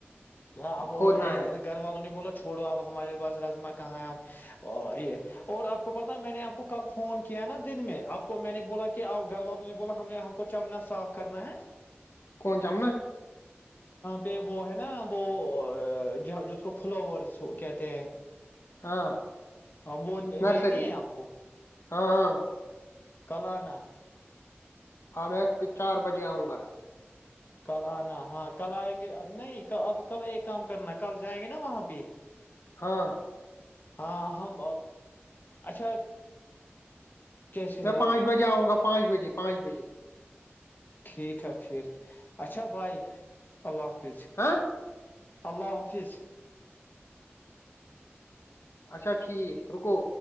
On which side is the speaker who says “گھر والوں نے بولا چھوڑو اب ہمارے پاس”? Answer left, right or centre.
Left